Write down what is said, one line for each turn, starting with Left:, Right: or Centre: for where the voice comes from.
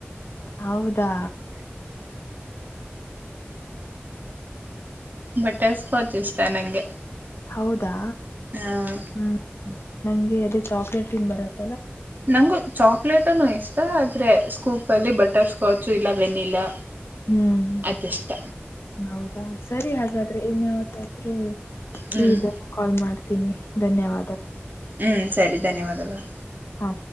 Left: ಹೌದಾ
Right: ಬಟ್ಸ್ಕೋಚ್ ಇಷ್ಟ ನಂಗೆ
Left: ಹೌದಾ
Right: ಹಾ
Left: ಹ್ಮ್ ನಂಗೆ ಅದೇ ಚಾಕ್ಲೇಟ್ ನ್ ಬರತ್ತ
Right: ನಂಗು ಚಾಕ್ಲೇಟನು ಇಷ್ಟ ಆದ್ರೆ ಸ್ಕೂಪ್ ಅಲ್ಲಿ ಬಟರ್ಸ್ಕಾಚ್ ಇಲ್ಲ ವೆನಿಲಾ
Left: ಹ್ಮ್
Right: ಅದಿಷ್ಟ
Left: ಹೌದಾ ಸರಿ ಹಾಗಾದ್ರೆ ಇನ್ ಯಾವತ್ತಾದ್ರೂ ಫ್ರೀದ
Right: ಹ್ಮ್
Left: ಕಾಲ್ ಮಾಡ್ತೀನಿ ಧನ್ಯವಾದ
Right: ಹ್ಞೂ ಸರಿ ಧನ್ಯವಾದಗಳು
Left: ಹಾ